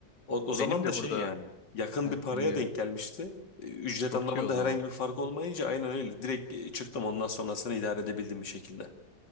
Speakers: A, on the left (about 75°); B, on the left (about 60°).
A: o, o
B: benim
A: zaman
B: de
A: da şey
B: burada
A: yani yakın
B: Heh,
A: bir paraya
B: dinliyorum.
A: denk gelmişti. E, Ücret
B: Çok
A: anlamında
B: iyi o zaman.
A: herhangi bir fark olmayınca aynen öyle. Direkt e, çıktım ondan sonrasını idare edebildim bir şekilde.